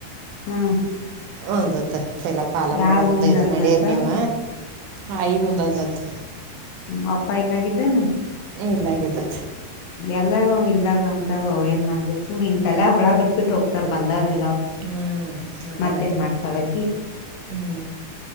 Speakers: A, on the left; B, on the right.
A: ಹಾ
B: ಅಂದತ್ ಪ ಎಲ್ಲ ಪಾಲ
A: ಯಾರ್
B: ಮಾಡೋ ಮುಂದೆ
A: ಮುಂದ
B: ಎದನ್
A: ಅಂದತ್ತ
B: ಮಾಡ್ಯಾರ ನೀವ ಆಾಯಿ ಮುಂದೆ ಅಂದತ್
A: ಹ್ಮ ಅಪ್ಪ ಎಲ್ಲಾಗಿದ್ದೇನೆ
B: ಇಲ್ಲಾಗೈತಲ್ಲ
A: ಎಲ್ಲಾರು ಆನೆಲ್ಲ ಅಂತಾರೆ ತು ಎಲ್ಲರೂ ಬಿಟ್ಟು ಹೋಗ್ತಾರೆ
B: ಹ್ಞೂ ಅದಲ್ಲ
A: ಮತ್ತೇನ್ ಮಾಡ್ತಾಳಕಿ
B: ಹ್ಞೂ